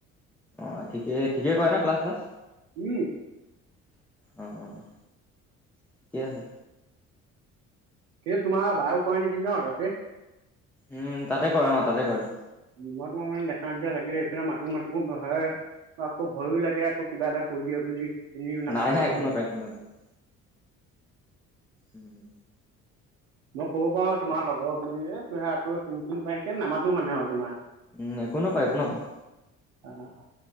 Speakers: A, in the centre; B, on the right.
A: অ', ঠিকে- ঠিকে কৰে ন ক্লাছ শ্লাচ।
B: উম।
A: অ', অ', ঠিকে আছে।
B: এতিয়া তোমাৰ বায়েও কৰে নেকি ন তাতে।
A: উম, তাতে কৰে অ', তাতে কৰে।
B: মই তোমাক মানে দেখা নিচিনা লাগিলে এইফালে মাতো- মাতো <unintelligible> আকৌ ভয়ো লাগে। আকৌ কিবা এটা কৈ দিয়ে বুলি, চিনিও নাপায়
A: নাই
B: যদি
A: <unintelligible> উম, উম।
B: মই ক'ব পাৰো তোমাৰ লগৰ বুলিয়ে, আকৌ চিনি টিনি পাইকে নামাতো মানে আৰু তোমাৰ।
A: উম, একো নকয়-একো নকয়।
B: অ',